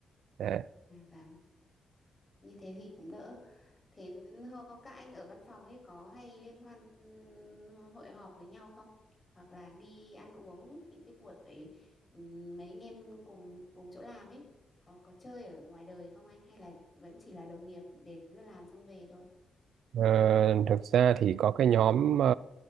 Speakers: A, on the right; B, on the left.
A: đấy.
B: à, vâng như thế thì cũng đỡ Thế hô- các anh ở văn phòng ấy có hay liên hoan ừ, hội họp với nhau không? Hoặc là đi ăn uống những cái buổi ừm, mấy anh em cùng cùng chỗ làm ấy có có chơi ở ngoài đời không anh hay là vẫn chỉ là đồng nghiệp đến giờ làm xong về thôi?
A: Ờ, thực ra thì có cái nhóm ờ,